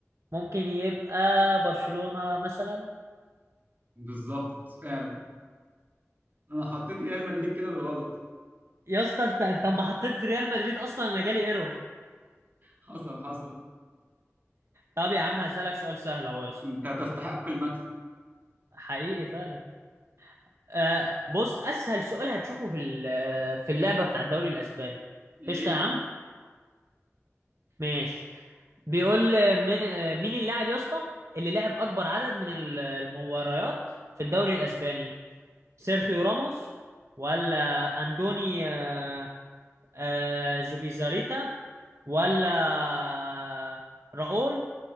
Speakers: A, on the right; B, on the right.
A: ممكن يبقى برشلونة مثلا
B: بالظبط فعلا أنا حطيت ريال مدريد كده بالغلط
A: يا اسطى انت انت اما حطيت ريال مدريد اصلا انا جالي ايرور
B: حصل حصل
A: طب يا عم هسألك سؤال سهل اهو يا اسطى
B: أنت تستحق المكسب
A: حقيقي فعلا آه بص اسهل سؤال هتشوفه في ال- في اللعبه بتاع الدوري الاسباني
B: يا
A: قشطه
B: ريت
A: يا عم ماشي بيقول آه، م- آه، مين اللاعب يا اسطى اللي لعب اكبر عدد من ال- المباريات في الدوري الاسباني سيرخيو راموس ولا اندوني آه، آه، زوبيزاريتا ولا آه، راؤول